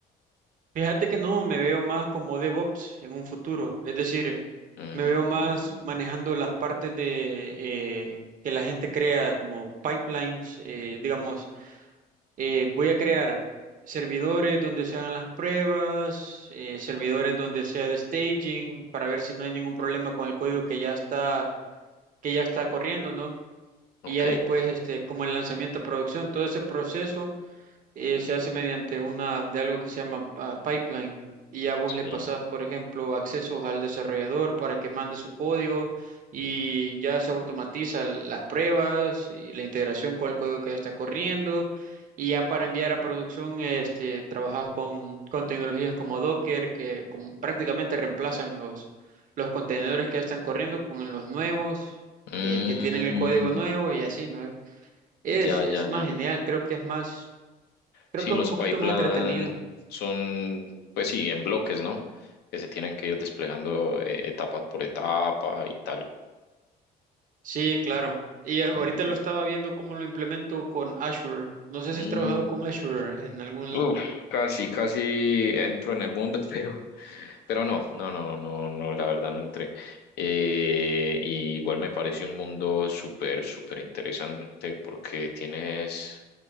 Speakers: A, on the right (about 50°); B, on the left (about 75°).
A: Fíjate que no, me veo más como DevOps en un futuro, es decir,
B: Mm,
A: me veo más manejando las partes de eh, que la gente crea como pipelines, eh, digamos, eh, voy a crear servidores donde se hagan las pruebas, eh, servidores donde sea de staging para ver si no hay ningún problema con el código que ya está que ya está corriendo, ¿no?
B: ok,
A: Y ya después este como el lanzamiento a producción, todo ese proceso eh, se hace mediante una de algo que se llama ah, pipeline y a vos
B: sí.
A: le pasás, por ejemplo, accesos al desarrollador para que mande su código y ya se automatiza l- las pruebas y la integración con el código que ya está corriendo y ya para enviar a producción este trabajas con, con tecnologías como Docker que como prácticamente reemplazan los los contenedores que ya están corriendo con los nuevos
B: Mm,
A: eh, que tienen el código nuevo y así, ¿no? Es,
B: ya,
A: es
B: ya,
A: más
B: ya.
A: genial, creo que es más Creo
B: Sí,
A: que
B: los
A: es un poquito
B: pipeline
A: más entretenido.
B: son, pues sí, en bloques, ¿no? Que se tienen que ir desplegando eh, etapa por etapa y tal.
A: Sí, claro. Y a- ahorita
B: Mm,
A: lo estaba viendo cómo lo implemento con Azure. No sé
B: mm,
A: si has trabajado con Azure en algún...
B: uf, casi, casi entro en el mundo, <laughs> pero, pero no, no, no, no, no, la verdad no entré. Eh, y igual me parece un mundo súper, súper interesante porque tienes